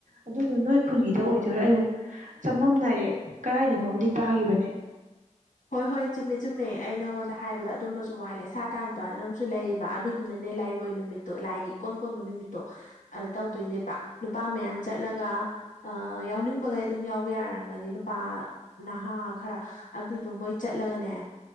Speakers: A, on the right; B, on the left.
A: ꯑꯗꯨ ꯅ ꯑꯩ ꯈꯨꯟꯒꯤꯗ ꯑꯣꯏꯗꯣꯏꯔꯥ ꯑꯩꯕꯨ ꯆꯃꯝꯅꯔꯦ ꯀꯗꯥꯏꯗꯅꯣꯝꯗꯤ ꯇꯥꯒꯤꯈꯤꯕꯅꯦ
B: ꯍꯣꯏ ꯍꯣꯏ ꯆꯨꯝꯃꯦ ꯆꯨꯝꯃꯦ ꯑꯩ ꯅꯉꯣꯟꯗ ꯍꯥꯏꯕꯗ ꯑꯗꯨꯝꯕꯁꯨ ꯋꯥꯠꯂꯦ ꯁꯥ ꯇꯥꯟꯕꯅ ꯑꯃꯁꯝꯨ ꯂꯩꯌꯦꯕꯞ ꯑꯗꯨꯗꯨꯅꯅꯦ ꯂꯥꯏꯔꯣꯏ ꯅꯨꯃꯤꯠꯇꯣ ꯂꯥꯏꯒꯤ ꯀꯣꯟ ꯀꯣꯟꯕ ꯅꯨꯃꯤꯠꯇꯣ ꯑꯗ ꯇꯧꯗꯣꯏꯅꯦꯕ ꯅꯨꯄꯥ ꯃꯌꯥꯝ ꯆꯠꯂꯒ ꯌꯥꯎꯅꯤꯡꯕꯒꯩ ꯑꯗꯨꯝ ꯌꯥꯎꯕ ꯌꯥꯔꯝꯒꯅꯤ ꯅꯨꯄꯥ ꯅꯍꯥ ꯈꯔ ꯑꯗꯨꯗꯣ ꯃꯣꯏ ꯆꯠꯂꯒꯅꯦ